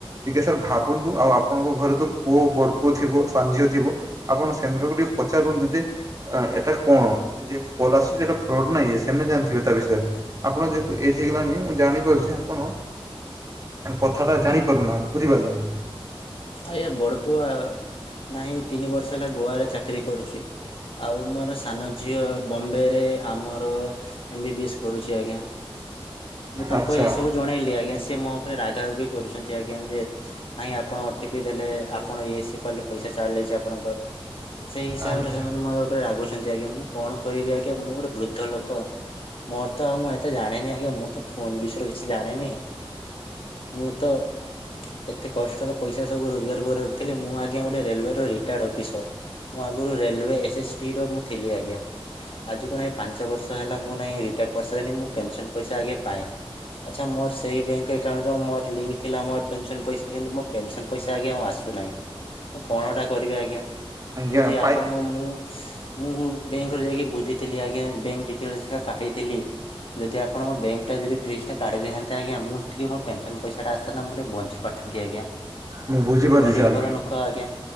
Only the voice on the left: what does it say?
ଆଜ୍ଞା ବଡପୁଅ ନାହିଁ ତିନି ବର୍ଷ ହେଲା ଗୋଆରେ ଚାକିରୀ କରୁଛି। ଆଉ ମୋର ସାନ ଝିଅ ବମ୍ବେ ରେ ଆମର। ଏମ ବି ବି ଏସ୍ କରୁଛି ଆଜ୍ଞା ମୁଁ ତାଙ୍କୁ
ଏସବୁ। ଜଣେଇଲି ଆଜ୍ଞା ସିଏ ମୋ ଉପରେ ରାଗା ରୁଗି କରୁଛନ୍ତି ଆଜ୍ଞା ଯେ କାଇଁ ଆପଣ। ଟିପି ଦେଲେ ଆପଣ ଇଏ ସିଏ କଲେ ପଇସା ଚାଲି ଯାଇଛି ଆପଣଙ୍କର ସେଇ ହିସାବ
ରେ ସେମାନେ ମୋର। ରେ ରାଗୁଛନ୍ତି ଆଜ୍ଞା ମୁଁ କଣ କହିବି ଆଜ୍ଞା, ମୁଁ ଗୋଟେ ବୃଦ୍ଧ ଲୋକ। ମୋର ତ ଆଉ ମୁଁ ଏତେ ଜାଣିନି ଆଜ୍ଞା, ମୁଁ ତ ଫୋନ ବିଷୟରେ କିଛି ଜାଣିନି। ମୁଁ ତ, କେତେ କଷ୍ଟରେ। ପଇସା ସବୁ ରୋଜଗାର କରି ରଖିଥିଲି। ମୁଁ ଆଜ୍ଞା ଗୋଟେ ରେଲୱେ ର ରିଟାର୍ଡ ଅଫିସର। ମୁଁ ଆଗରୁ ରେଲୱେ ଏସ୍ ଏସ୍ ଟି ର ମୁଁ ଥିଲି ଆଜ୍ଞା। ଆଜି କୁ ନାଇଁ ପାଞ୍ଚ ବର୍ଷ ହେଲା ମୁଁ ନାଇଁ ରିଟାୟାଡ କରିସାଇଲିଣି ମୁଁ ପେନସନ ପଇସା ଆଜ୍ଞା ପାଏ। ଆଚ୍ଛା ମୋର ସେଇ ବ୍ୟାଙ୍କ ଏକାଉଣ୍ଟ ରୁ ମୋର ଲିଙ୍କ୍ ଥିଲା ମୋର ପେନସନ ପଇସା କିନ୍ତୁ ମୋ। ପେନସନ ପଇସା ଆଜ୍ଞା ଆଉ ଆସୁନାହିଁ, ମୁଁ କଣଟା କରିବି ଆଜ୍ଞା
ଯଦି
ଆପଣ ମୁଁ। ମୁଁ ବେଙ୍କରେ ଯାଇକି ବୁଝିଥିଲି ଆଜ୍ଞା ବେଙ୍କ ଡିଟେଲସ୍‌ କାଢିଥିଲି। ଯଦି ଆପଣ ମୋ ବେଙ୍କ ଟା ଯଦି ଫ୍ରିଜ ଟା କାଢି ଦେଇ ଥାନ୍ତେ ଆଜ୍ଞ ମୁଁ ଟିକେ ମୋ ପେନ୍‌ସନ ପଇସା ଟା ଆସିଥାନ୍ତି। ମୁଁ ଟିକେ ବଞ୍ଚି। ପାରିଥାନ୍ତି ଆଜ୍ଞା।
ଗରିବ
ଘର ନୁଖ ଆଜ୍ଞା।